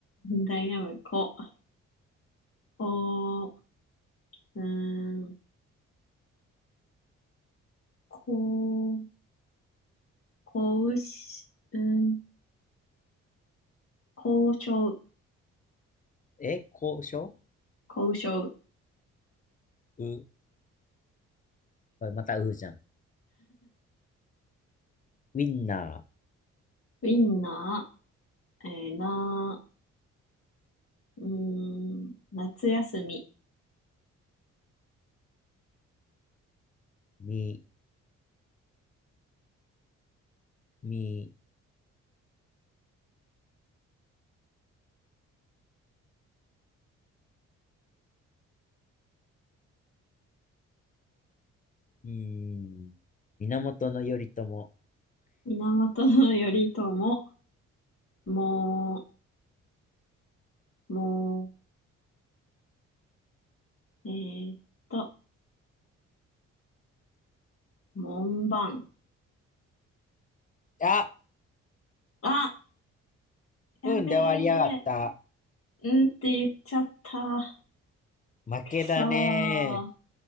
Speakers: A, on the left (about 40°); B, on the left (about 25°).
A: ダイナムコ、お、うーん、こ、交渉、うん、交渉、
B: え、交渉
A: 交渉、
B: う、あまたうじゃん。ウィンナ
A: ウィンナー、えー、な、うーん、夏休み、
B: ー、み、み、うーん、源頼朝。
A: 源頼朝、もう、もう、えーっと、門番。
B: あ
A: あ、やべ
B: うんで終わりやがった。
A: え、うんって言っちゃった。
B: 負けだね。
A: くそー、